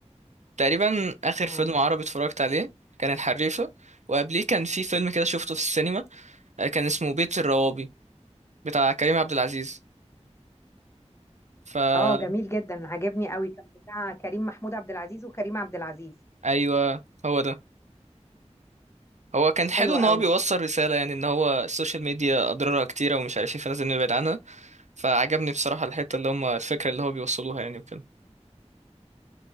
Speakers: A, on the right; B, on the left.
A: تقريبا اخر
B: اه
A: فيلم عربي اتفرجت عليه كان الحريفه وقبليه كان في فيلم كده شفته في السينما آه، كان اسمه بيت الروابي بتاع كريم عبد العزيز فا
B: اه جميل جدا عجبني قوي كان بتاع كريم محمود عبد العزيز وكريم عبد العزيز
A: ايوه هو ده هو كان
B: حلوة
A: حلو ان هو
B: قوي
A: بيوصل رساله يعني ان هو السوشيال ميديا اضرارها كتيره ومش عارف ايه فلازم نبعد عنها فعجبني بصراحه الحته اللي هم الفكره اللي هو بيوصلوها يعني وكده